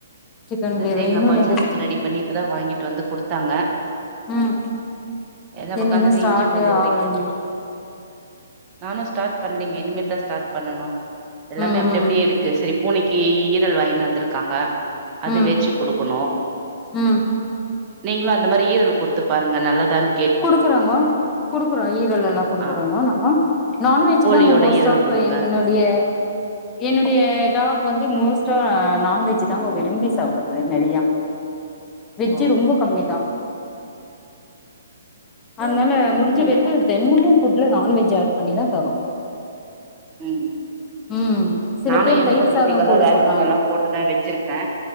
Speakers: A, on the left (about 20°); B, on the right (about 30°).
A: சிக்கன்
B: அது
A: கிரேவி
B: தேங்கா
A: இன்னு
B: பால்
A: எந்த
B: சாததுக்கு ரெடி பண்ணி இப்பதா வாங்கி ட்டு வந்து குடுத்தாங்க
A: உம்
B: எல்லா
A: என்னது
B: ஒக்காந்துட்டு
A: ஸ்டார்டே
B: இஞ்சி பூண்டு உரிக்
A: ஆகலைங்க
B: நானு ஸ்டார்ட் பண்ணலேங்க இனிமேல் தா ஸ்டார்ட் பண்ணனு எல்லாமே
A: ம்
B: அப்டி
A: ம்
B: அப்டியே இருக்கு செரி பூனைக்கு ஈரல் வாங்கிட்டு வந்துருக்காங்க அது
A: ம்
B: வெச்சிக் குடுக்கணு
A: ம்
B: நீங்களும் அந்த மாரி ஈரல் குடுத்து பாருங்க நல்லதானு
A: குடுக்குறாங்க குடுக்குறோ ஈரல்லல் லா குடுக்குறோங்கோ
B: ஆ
A: நாங்கோ நான்வெஜ்
B: கோழியோட
A: தாங்க மோஸ்ட்
B: ஈரல்
A: ஆப்
B: குடுங்க
A: என்னுடைய என்னுடைய டாக் வந்து மோஸ்ட் டா நான்வெஜ் தாங்க விரும்பி சாப்பிடுது நெறையா வெஜ்
B: ஓ
A: ரொம்ப கம்மிதா அதனால
B: ஓகேங்க
A: முடிஞ்ச
B: குடுங்க
A: வரைக்கு
B: நல்லது
A: தெனமு ஃபுட்ல நான்வெஜ் ஆட் பண்ணிதா தரோ
B: உம்
A: ம் சில
B: நானும்
A: பேர்
B: என்
A: தயிர்
B: மூணு
A: சாதோ
B: குட்டிகள்ல்லா
A: போட
B: வேக்சின்
A: சொல்றாங்க
B: எல்லா போட்டுட்டதா வச்சிருக்கே